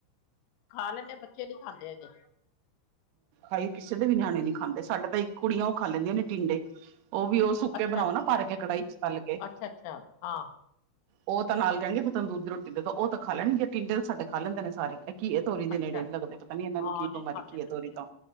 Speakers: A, on the left; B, on the right.
A: ਖਾ ਲੈਂਦੇ ਏ, ਬੱਚੇ ਨੀ ਖਾਂਦੇ ਹੈਗੇ।
B: ਹਾਏ ਕਿਸੇ ਦੇ ਵੀ ਨਿਆਣੇ ਨੀ ਖਾਂਦੇ। ਸਾਡੇ ਤਾਂ ਇੱਕ ਕੁੜੀਆਂ ਓ ਖਾ ਲੈਂਦੀਆਂ ਨੇ ਟਿੰਡੇ, ਓ ਵੀ ਓਸ ਸੁੱਕੇ
A: ਅੱਛਾ
B: ਬਣਾਓ ਨਾ ਪਰ ਕੇ, ਕੜਾਈ ਚ ਤੱਲ ਕੇ
A: ਅੱਛਾ ਅੱਛਾ ਹਾਂ
B: ਓ ਤਾਂ ਨਾਲ ਕੈਂਗੇ ਵੀ ਤੰਦੂਰ ਦੀ ਰੋਟੀ ਦੇਦੋ, ਓ ਤਾਂ ਖਾ ਲੈਣਗੇ ਟਿੰਡੇ ਤੇ ਸਾਡੇ ਖਾ ਲੈਂਦੇ ਨੇ ਸਾਰੇ। ਐ ਕੀਏ-ਤੋਰੀ ਦੇ
A: ਅੱਛਾ
B: ਨੇੜੇ ਨੀ ਲੱਗਦੇ, ਪਤਾ ਨੀ ਏਨਾਂ
A: ਹਾਂ
B: ਨੂੰ ਕੀ
A: ਨਹੀਂ
B: ਬਿਮਾਰੀ
A: ਖਾਂਦੇ
B: ਘੀਏ
A: ਬੱਚੇ
B: ਤੋਰੀ ਤੋਂ